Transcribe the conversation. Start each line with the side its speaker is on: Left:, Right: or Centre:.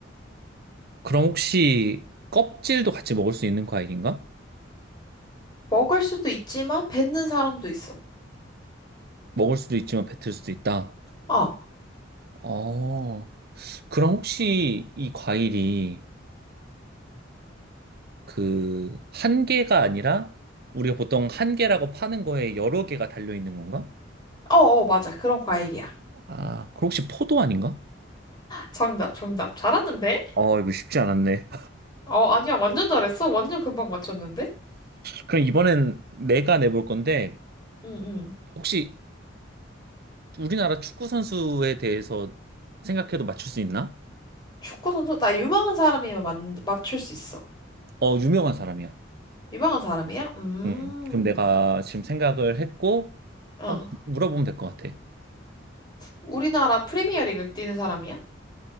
Right: 그럼 혹시 껍질도 같이 먹을 수 있는 과일인가?
Left: 먹을 수도 있지만 뱉는 사람도 있어.
Right: 먹을 수도 있지만 뱉을 수도 있다.
Left: 어, 어,
Right: 어, 그럼 혹시 이 과일이 그 한 개가 아니라 우리가 보통 한 개라고 파는 거에 여러 개가 달려 있는 건가?
Left: 어, 맞아. 그런 과일이야.
Right: 아, 그럼 혹시 포도 아닌가?
Left: 정답, 정답. 잘하는데?
Right: 어, 이거 쉽지 않았네.
Left: 어, 아니야. 완전 잘했어. 완전 금방 맞췄는데?
Right: 그럼 이번엔 내가 내볼 건데,
Left: 응, 응.
Right: 혹시 우리나라 축구 선수에 대해서 생각해도 맞출 수 있나?
Left: 축구 선수? 나 유망한 사람이면 맞 맞출 수 있어.
Right: 어, 유명한 사람이야.
Left: 유망한 사람이야? 음,
Right: 음, 그럼 내가 지금 생각을 했고,
Left: 어.
Right: 한번 물어보면 될 것 같아.
Left: 우리나라 프리미어리그 뛰는 사람이야?